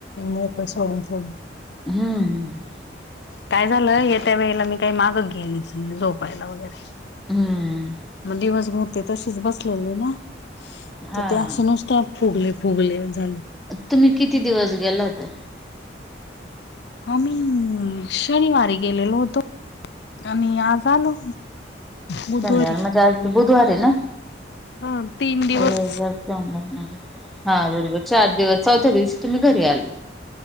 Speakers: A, on the left; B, in the centre.
A: मोकळ सोडून-सोडून.
B: हम्म.
A: काय झालं येत्या वेळेला मी काही मागं घेलिच झोपायला वगैरे.
B: हम्म
A: मग दिवसभर ते तशीच बसलेले ना.
B: हा.
A: तर ते असूनच त्या फुगले-फुगले झाले.
B: तुम्ही किती दिवस गेला होता?
A: आम्ही शनिवारी गेलेलो होतो, आम्ही आज आलो. बुधवारी.
B: शनिवार म्हणजे आज बुधवारे ना?
A: ह तीन दिवस.
B: हो <unintelligible> हा बरोबर चार दिवस चौथ्या दिवस तुम्ही घरी आला.